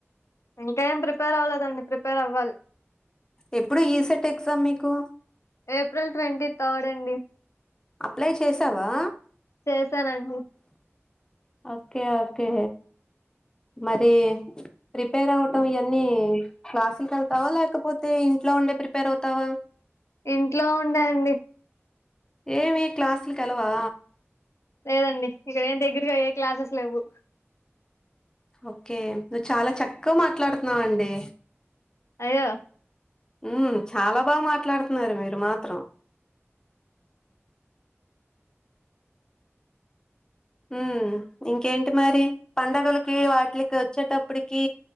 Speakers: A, on the left; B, on the left.
A: ఇంకా ఏం ప్రిపేర్ అవ్వలేదండి ప్రిపేర్ అవ్వాలి
B: ఎప్పుడు ఈ సెట్ ఎగ్జామ్ మీకు
A: ఏప్రిల్ ట్వంటీ థర్డ్ అండి
B: అప్లై చేసావా
A: చేసానండి
B: ఓకే ఓకే మరి ప్రిపేర్ అవ్వ తవ ఇయన్నీ క్లాస్ల్ కేల్ తావా లేకపోతే ఇంట్లో ఉండే ప్రిపేర్ అవుతావా
A: ఇంట్లో ఉండండి
B: ఏమి క్లాసుల్కెల్లవా
A: లేదండి ఇక్కడ ఏ దగ్గర ఇగ ఏ క్లాసెస్ లెవ్వు
B: ఓకే నువ్వు చాలా చక్కగా మాట్లాడుతున్నావండి.
A: అయ్యో
B: హ్మ్ చాలా బాగా మాట్లాడుతున్నారు మీరు మాత్రం హ్మ్ ఇంకేంటి మరి పడుగలకి వాటికి వచ్చేటప్పటికి